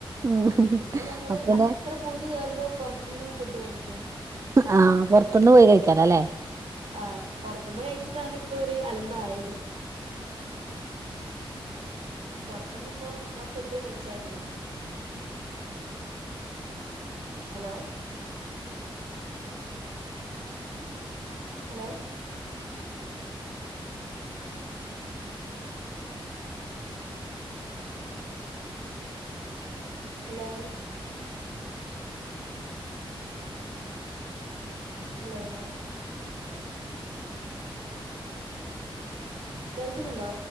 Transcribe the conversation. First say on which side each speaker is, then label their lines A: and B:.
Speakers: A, on the right; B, on the right.
A: ഉം
B: പിന്നെ ഞങ്ങള്
A: അപ്പന്നെ
B: അത്ര പൂതി കേയറുമ്പോ പുറത്തുന്ന് ഫുഡ് കഴിക്കും
A: ആഹ പുറത്തൊന്ന് പോയി കഴിക്കാല അല്ലേ
B: ആ പുൊറത്തുന്ന് കഴിച്ചിട്ടാണ് ഇപ്പൊ ഒരു അലമ്പായത് പുൊറത്തുന്ന് ഇപ്പം ഞാൻ ഫുഡ് കഴിച്ചായിരുന്നു ഹലോ ഹലോ ഹലോ ഹലോ കേൾക്കുന്നുണ്ടോ